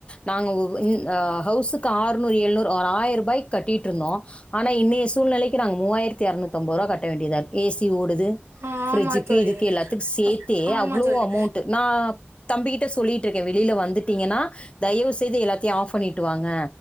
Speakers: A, on the left (about 25°); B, on the right (about 80°).
A: நாங்க ஒரு அ ஹவுஸ்க்கு ஆறுநூறு எழுநூறு அ ஒரு ஆயிரம் ரூபாய்க்கு கட்டிகிட்டு இருந்தோம் ஆனால் இன்னைய சூழ் சூழ்நிலைக்கு நாங்க மூவாயியிரத்தி அறுநூத்தி ஐம்பது ரூபா கட்ட வேண்டியாதா இருக்கு ஏசிஓடுது ந்து
B: ஆ
A: பிரிட்ஜூக்கு
B: ஆமா தோழி
A: இதுக்கு எல்லாத்துக்கும் சேர்த்தே
B: அப் ஆமா
A: அவ்வளோ
B: தோழி
A: அமௌண்ட் நான் தம்பிக்கிட்ட சொல்லிட்டு இருக்கேன் வெளியே வந்துட்டீங்கன்னா தயவு செய்து எல்லாத்தையு ஆப் பண்ணிட்டு வாங்க